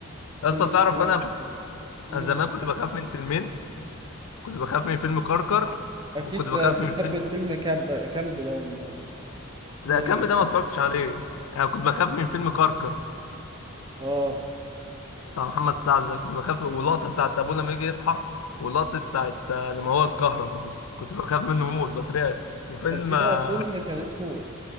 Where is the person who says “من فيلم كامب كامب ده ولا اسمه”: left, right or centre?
Right